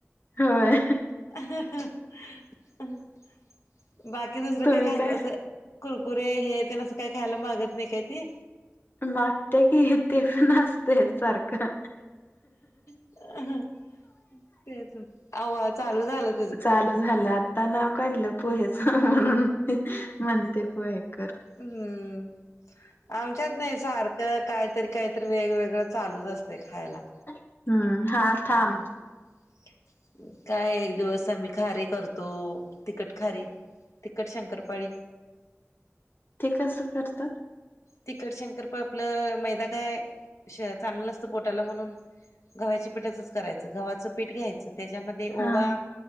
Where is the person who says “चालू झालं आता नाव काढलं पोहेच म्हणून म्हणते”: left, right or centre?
Left